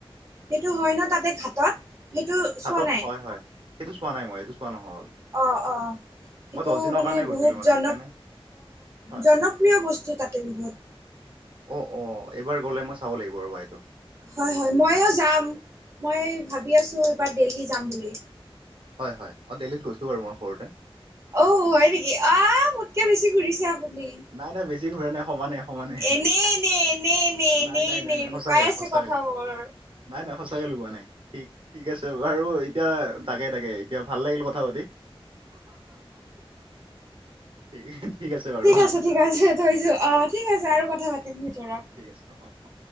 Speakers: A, on the right; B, on the right.
A: সেইটো হয় ন, তাতে ঘাটত। সেইটো চোৱা
B: ঘাতত
A: নাই
B: হয় হয়, সেইটো চোৱা নাই মই। এইটো চোৱা নহ'ল।
A: অ', অ'। সেইটো
B: মই দহ দিনৰ
A: মানে
B: কাৰণে গৈছিলো
A: বহুত
B: মানে
A: জন,
B: সেইকাৰণে হয়
A: জনপ্ৰিয় বস্তু তাতে বহুত।
B: অ', অ', এইবাৰ গ'লে মই চাব লাগিব ৰ'বা এইটোক।
A: হয় হয়, মইয়ো যাম। মইয়ো ভাবি আছোঁ, এইবাৰ দিল্লী যাম বুলি।
B: হয় হয়, অ', দিল্লী গৈছোঁ বাৰু মই সৰুতে।
A: অ', হয় নেকি? অ'। কিয়
B: হয়
A: বেছি
B: হয়।
A: ঘূৰিছে আপুনি,
B: নাই নাই বেছি ঘূৰা নাই সমানে সমানে
A: এনেই এনেই। এনেই এনেই, এনেই
B: নাই নাই
A: এনেই
B: নাই নাই
A: লুকাই
B: সঁচাকে
A: আছে
B: সঁচাকে।
A: কথাবোৰ।
B: নাই নাই সঁচাকে লুকুৱা নাই, ঠিক ঠিক আছে বাৰু এই এতিয়া তাকে তাকে, এতিয়া ভাল লাগিল কথা পাতি। ঠিক বাৰু
A: ঠিক
B: হা।
A: আছে, ঠিক আছে। থৈছোঁ অ', ঠিক আছে আৰু
B: অ
A: কথা
B: অ।
A: পাতিম ভিতৰত।
B: ঠিক আছে অ'অ' অ'।